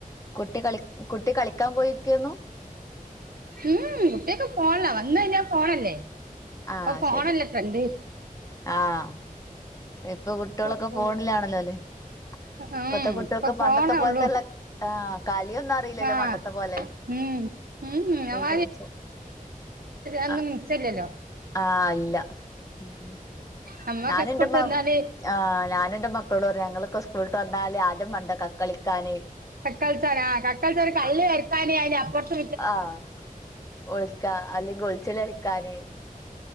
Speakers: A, on the left; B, on the right.
A: കുട്ടി കളി കുട്ടി കളിക്കാൻ പോയിരിക്കുവാരുന്നു
B: ഉം കുട്ടിയൊക്കെ ഫോണിലാ വന്ന് കഴിഞ്ഞാ ഫോണല്ലേ
A: ആഹ്
B: ഇപ്പൊ ഫോണല്ലേ
A: ശരി
B: ഫ്രണ്ട്
A: ആഹ് ഇപ്പൊ കുട്ടികളൊക്കെ
B: ഇപ്പ ഫോ
A: ഫോണിലാണല്ലോ അല്ലേ
B: ആഹ്
A: ഇപ്പത്തെ കുട്ടികൾക്ക്
B: ഇപ്പൊ
A: പണ്ടത്തെ
B: ഫോണോള്ളൂ
A: പോലത്തെല്ല ആഹ് കളിയൊന്നും അറിയില്ലല്ലോ
B: ആഹ്
A: പണ്ടത്തെ പോലെ
B: ഉം <unintelligible>
A: ഫുള്ള്
B: ആ
A: ഫോ
B: ഒന്നും
A: ആഹ്
B: നിച്ചല്ലല്ലോ
A: ആഹ് അല്ല ഉം
B: നമ്മൊക്കെ
A: ഞാനു
B: സ്കൂൾട്ട്
A: ഇൻ്റെമ്മ
B: വന്നാല്
A: ആഹ് ഞാനു ഇൻ്റെ മക്കളോട് പറയും ഞങ്ങളൊക്കെ ഉസ് സ്കൂള് വിട്ട് വന്നാല് ആദ്യം മണ്ടാ കക്ക കളിക്കാന്
B: കക്ക കളിച്ചാന് ആഹ് കക്ക കളിച്ചാൽ കല്ല് വെര്ത്താന് അതിൻ്റെ അപ്പറത്ത്
A: ആഹ് ഒളിക്കാ അല്ലെങ്ക് ഒളിച്ച് കളി കളിക്കാന്